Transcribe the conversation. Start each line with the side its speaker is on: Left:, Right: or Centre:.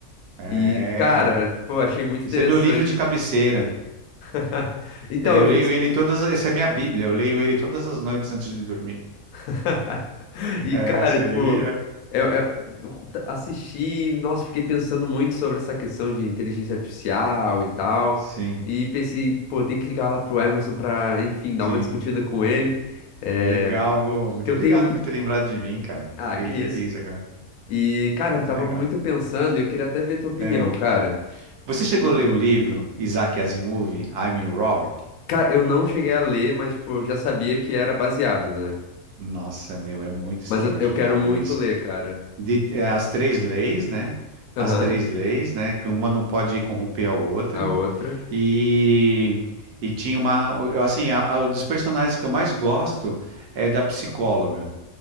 Right: É,
Left: E, cara, pô, achei muito interessante.
Right: Esse é meu livro de cabeceira.
Left: <laughs> Então,
Right: É,
Left: eu
Right: eu
Left: fui.
Right: leio
Left: des-
Right: ele todas. Essa é minha Bíblia. Eu leio ele todas as noites antes de dormir.
Left: <laughs>
Right: <laughs>
Left: E,
Right: É,
Left: cara,
Right: essa
Left: tipo,
Right: aí é.
Left: eu, eu- eu assisti, nossa, fiquei pensando muito sobre essa questão de inteligência artificial e tal.
Right: Sim,
Left: E pensei, pô, tem que ligar lá pro Emerson pra, enfim, dar
Right: sim.
Left: uma discutida com ele. É,
Right: Legal. Ô, Muito
Left: porque eu
Right: obrigado
Left: tenho.
Right: por ter lembrado de mim, cara.
Left: Ah,
Right: Fiquei
Left: que isso.
Right: feliz agora.
Left: E, cara,
Right: Muito
Left: eu tava
Right: legal.
Left: muito pensando e eu queria até ver tua opinião,
Right: É.
Left: cara.
Right: Você
Left: Se...
Right: chegou a ler o livro Isaac Asimov, I'm Robert?
Left: Cara, eu não cheguei a ler, mas, tipo, eu já sabia que era baseado, né?
Right: Nossa, meu, é muito extraordinário
Left: Mas eu, eu quero muito
Right: isso.
Left: ler, cara.
Right: De- é, as três leis, né?
Left: Aham.
Right: As três leis, né? Que uma não pode corromper a outra.
Left: A outra.
Right: E, e tinha uma. eu, Assim, a, a- dos personagens que eu mais gosto é da psicóloga.